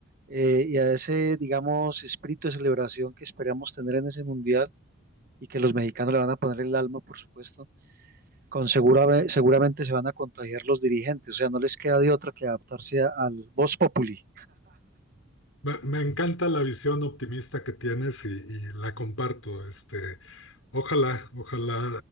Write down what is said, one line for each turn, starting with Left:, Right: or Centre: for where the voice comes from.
Right: eh, y a ese, digamos, espíritu de celebración que esperamos tener en ese mundial y que los mexicanos le van a poner el alma, por supuesto, con segura- seguramente se van a contagiar los dirigentes, o sea, no les queda de otra que adaptarse a- al vox populi.
Left: Me, me encanta la visión optimista que tienes y, y la comparto. Este, Ojalá, ojalá,